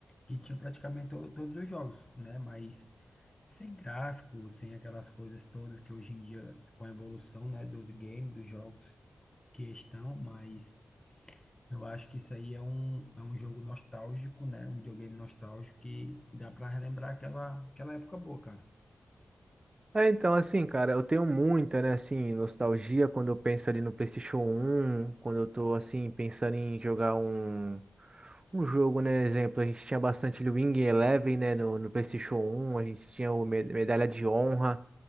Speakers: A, on the left; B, on the right.
A: que tinha praticamente to- todos os jogos, né? Mas sem gráfico, sem aquelas coisas todas que hoje em dia, com a evolução, né, dos games, dos jogos que estão, mas... Eu acho que isso aí é um, é um jogo nostálgico, né? Um videogame nostálgico que dá para relembrar aquela, aquela época boa, cara.
B: É, então, assim, cara, eu tenho muita, né, assim, nostalgia quando eu penso ali no PlayStation um quando eu tô, assim, pensando em jogar um, um jogo, né, exemplo, a gente tinha bastante ali o Wing Eleven, né, no, no PlayStation um a gente tinha o Me- Medalha de Honra,